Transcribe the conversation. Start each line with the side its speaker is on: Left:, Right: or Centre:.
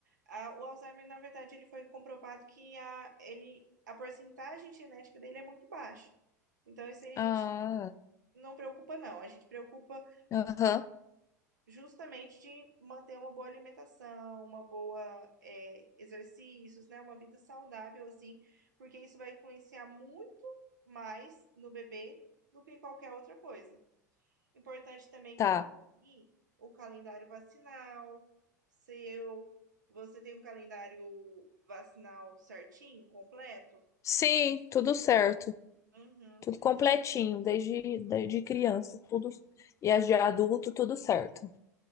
Right: Ah, o Alzheimer, na verdade, ele foi comprovado que a, ele, a porcentagem genética dele é muito baixa. Então, isso aí a
Left: Ah,
Right: gente não preocupa, não. A gente preocupa
Left: aham,
Right: justamente de manter uma boa alimentação, uma boa, é, exercícios, né? Uma vida saudável, assim, porque isso vai influenciar muito mais no bebê do que qualquer outra coisa. Importante também
Left: tá.
Right: conferir o calendário vacinal seu. Você tem um calendário vacinal certinho, completo?
Left: Sim, tudo certo.
Right: Uhum,
Left: Tudo completinho, desde, desde criança, tudo. E as de adulto, tudo certo.